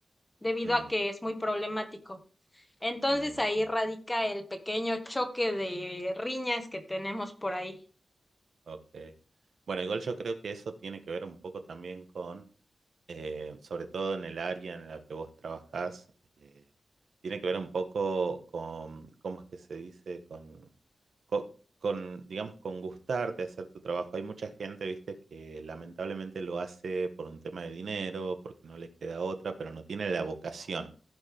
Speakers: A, on the left (about 15°); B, on the right (about 65°).
A: debido
B: mm,
A: a que es muy problemático. Entonces,
B: me imagino,
A: ahí radica el pequeño choque de riñas que tenemos por ahí.
B: ok. Bueno, igual yo creo que eso tiene que ver un poco también con eh, sobre todo en el área en la que vos trabajás, eh, tiene que ver un poco con, ¿cómo es que se dice? Con, co- con, digamos, con gustarte hacer tu trabajo. Hay mucha gente, viste, que lamentablemente lo hace por un tema de dinero, porque no le queda otra, pero no tiene la vocación.